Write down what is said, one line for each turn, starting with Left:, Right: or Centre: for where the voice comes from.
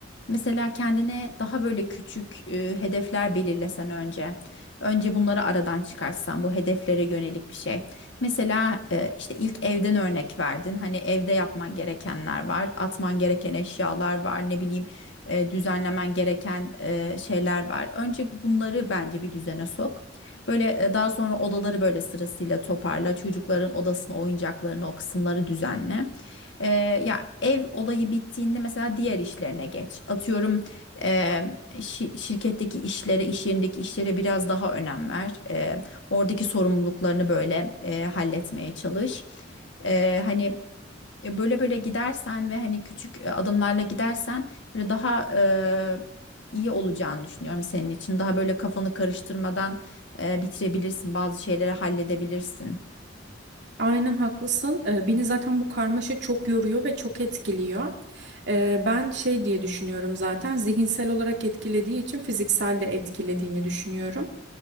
Left: mesela kendine daha böyle küçük e, hedefler belirlesen önce. Önce bunları aradan çıkarsan bu hedeflere yönelik bir şey. Mesela e, işte ilk evden örnek verdin. Hani evde yapman gerekenler var, atman gereken eşyalar var, ne bileyim e, düzenlemen gereken e, şeyler var. Önce bunları bence bir düzene sok. Böyle e, daha sonra odaları böyle sırasıyla toparla. Çocukların odasını, oyuncaklarını, o kısımları düzenle. E, ya ev olayı bittiğinde mesela diğer işlerine geç. Atıyorum e, şi- şirketteki işlere, iş yerindeki işlere biraz daha önem ver. E, Oradaki sorumluluklarını böyle e, halletmeye çalış. E, hani e, böyle böyle gidersen ve hani küçük e, adımlarla gidersen böyle daha e, iyi olacağını düşünüyorum senin için. Daha böyle kafanı karıştırmadan e, bitirebilirsin, bazı şeyleri halledebilirsin.
Right: Aynen haklısın. Ee, beni zaten bu karmaşa çok yoruyor ve çok etkiliyor. Ee, ben şey diye düşünüyorum zaten zihinsel olarak etkilediği için fiziksel de etkilediğini düşünüyorum.